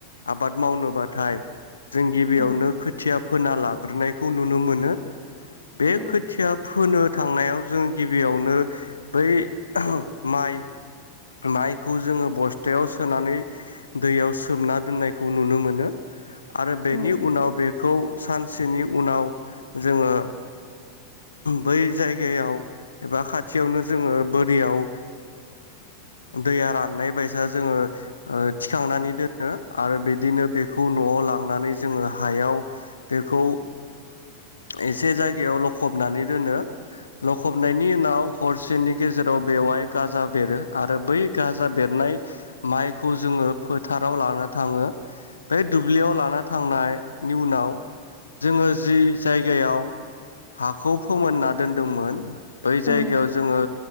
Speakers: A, on the left; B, in the centre.
A: आबाद मावनोबाथाय जों गिबियावनो
B: औ
A: खोथिया फोना लाग्रोनाय खौ नुनो मोनो। बे
B: औ
A: खोथ फोनो थांनायाव जों गिबियावनो बै माइ माइखौ जोङो बस्थायाव सोनानै दैयाव सोमना दोननायखौ नुनो मोनो। आरो बेनि
B: औ
A: उनाव बेखौ सानस सेनि उनाव जोङो बै जायगायाव एबा खाथियावनो जोङो बोरियाव दैया राननाय बायसा जोङो ओ थिखांनानै दोनो आरो बिद दिनो बेखौ न'आव लांनानै जोङो हायाव बेखौ एसे जायगायाव लखबनानै दोनो लखबनायनि उनाव हरसेनि गेजेराव बेवहाय गाजा बेरो आरो बै गाजा बेरनाय माइखौ जोङो फोथाराव लाना थाङो। बे दुब्लियाव लाना थांनायनि उनाव जोङो जि जायगायाव हाखौ फोमोनना दोनदोंमोन। बै
B: औ
A: जायगायाव जोङो